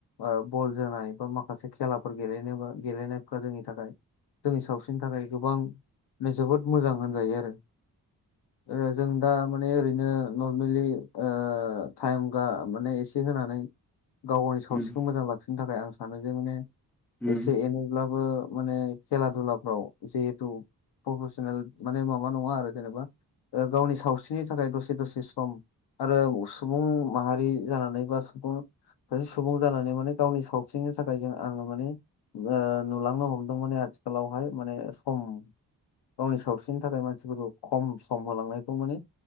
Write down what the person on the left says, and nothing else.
ओ बल जोनानै बा माखासे खेलाफोर गेलेनोबा गेलेनायफ्रा जोंनि थाखाय जोंनि सावस्रिनि थाखाय गोबां जोबोद मोजां होनजायो आरो ओ जों दा माने ओरैनो नर्मेलि ओ टाइम गा माने एसे होनानै गाव गावनि सावस्रिखौ
मोजां लाखिनो थाखाय आं सानो जे माने
एसे एनैब्लाबो माने खेला दुलाफ्राव जेहेतु प्रफेसनेल माने माबा नङा आरो जेनेबा ओ गावनि सावस्रिनि थाखाय दसे दसे सम आरो सुबुं माहारि जानानै बा सुबुं सासे सुबुं जानानै माने गावनि सावस्रिनि थाखाय जों आङो माने ओ नुलांनो हमदों माने आ आथिखालावहाय माने सम गावनि सावस्रिनि थाखाय मानसिफोरखौ खम सम होलांनायखौ माने